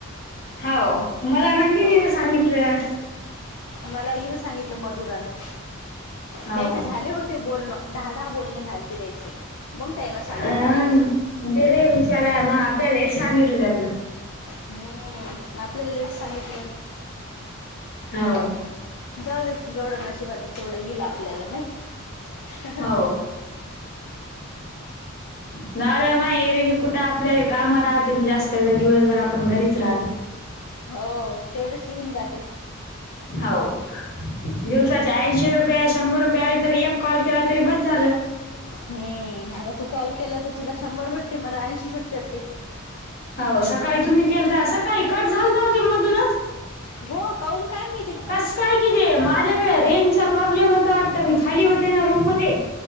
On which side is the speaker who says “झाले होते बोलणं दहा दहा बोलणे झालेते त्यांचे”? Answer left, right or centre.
Left